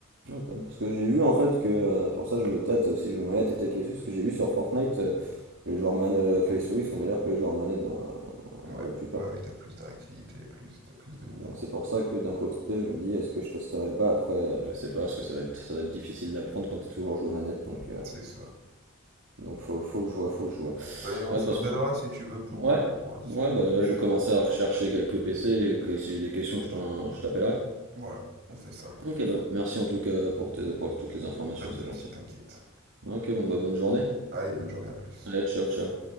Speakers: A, on the right (about 65°); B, on the right (about 50°).
A: Ah, quand même. Parce que j'ai vu en fait que, euh, pour ça, je me tâte aussi, je vais manette et peut-être quelque chose, parce que j'ai vu sur Fortnite, Les joueurs manettes clavier souris sont meilleurs que les joueurs manettes dans la,
B: Ouais,
A: dans la plupart.
B: bah oui, t'as plus de réactivité, plus, t'as plus de mouvement.
A: Donc c'est pour ça que d'un côté, je me dis, est-ce que je testerai pas après, euh, je sais pas, parce que ça va être, ça va être difficile d'apprendre quand t'as toujours joué manette, donc, euh,
B: C'est ça.
A: donc faut, faut que je vois, faut que je vois.
B: Bah, et on
A: Ouais,
B: se
A: de toute façon,
B: rappellera si tu veux pour,
A: je- ouais,
B: euh, pour en discuter.
A: ouais, bah là, je vais commencer à rechercher quelques PC, et que si j'ai des questions, je t'en- je t'appellerai.
B: Voilà, on fait ça.
A: Ok, bah, merci en tout cas pour tes, pour toutes les informations,
B: Pas de
A: c'est
B: souci,
A: gentil.
B: t'inquiète.
A: Ok, bon, bah, bonne journée.
B: Allez, bonne journée, à plus.
A: Allez, ciao, ciao.